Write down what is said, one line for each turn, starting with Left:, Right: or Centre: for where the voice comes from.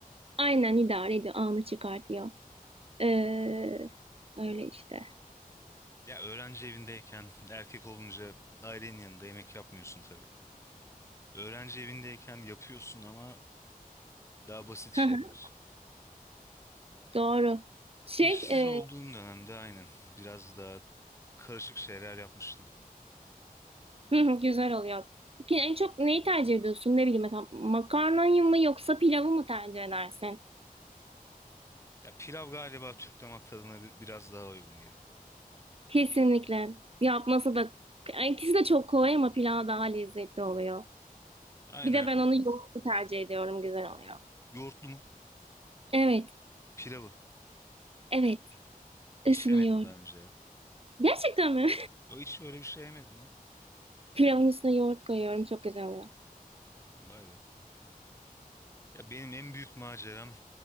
Right: Aynen idare ediyor, anı çıkartıyor. Ee, öyle işte.
Left: Ya Ya öğrenci evindeyken erkek olunca ailenin yanında yemek yapmıyorsun tabii. Öğrenci evindeyken yapıyorsun ama daha basit
Right: Hı
Left: şeyler.
Right: hı, Doğru. Şey,
Left: İşsiz
Right: e,
Left: olduğum dönemde aynen biraz daha karışık şeyler yapmıştım.
Right: hı hı, güzel oluyor. Peki en çok neyi tercih ediyorsun? Ne bileyim mesela makarnayı mı yoksa pilavı mı tercih edersin?
Left: Ya pilav galiba Türk damak tadına bi- biraz daha uygun ya.
Right: Kesinlikle. Yapması da yani ikisi de çok kolay ama pilav daha lezzetli oluyor.
Left: Aynen.
Right: Bir de ben onu yoğurtlu tercih ediyorum. Güzel oluyor.
Left: Yoğurtlu mu?
Right: Evet.
Left: Pilavı.
Right: Evet.
Left: Hiç
Right: Üstüne
Left: yemedim
Right: yoğurt.
Left: daha önce ya.
Right: Gerçekten mi?
Left: Yo, hiç öyle bir şey yemedim ya.
Right: <laughs> Pilavın üstüne yoğurt koyuyorum. Çok güzel oluyor.
Left: Vay be. Ya benim en büyük maceram